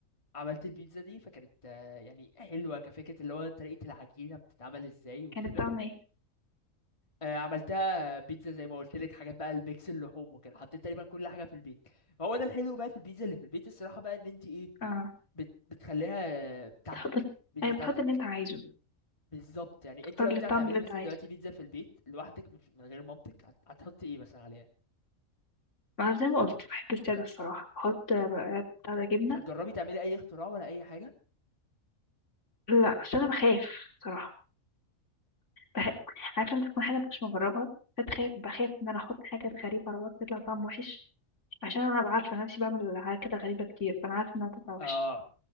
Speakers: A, on the left; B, on the left.
A: عملت البيتزا دي فكانت آه، يعني حلوة كفكرة اللي هو طريقة العجينة بتتعمل ازاي وكده
B: كانت طعمها ايه
A: آه، عملتها بيتزا زي ما قلت لك حاجات بقى الميكس اللحوم وكده حطيت تقريبا كل حاجة في البيت هو ده الحلو بقى في البيتزا اللي في البيت الصراحة بقى ان انت ايه
B: اه
A: بت... بتخليها آه، بتاعتك
B: تحط
A: بيتزا
B: أيوة
A: بتاعتك
B: بتحط اللي أنت عايزه
A: بالظبط يعني
B: تختار
A: انت لو
B: الطعم
A: انت هتعملي
B: اللي أنت
A: مثلا
B: عايزه
A: دلوقتي بيتزا في البيت لوحدك مش من غير مامتك هت... هتحطي ايه مثلا عليها
B: ما زي ما قلت بحب السادة الصراحة أحط آه، بتاع ده جبنة
A: مش هتجربي تعملي اي اختراع ولا اي حاجة
B: لا عشان أنا بخاف صراحة بح... عارفه لما تكون حاجه مش مجربها فتخاف بخاف ان انا احط حاجه غريبه على بعض تطلع طعم وحش عشان انا أبقى عارفه نفسي بعمل حاجات كده غريبه كتير فانا عارفه انها تطلع وحش
A: اه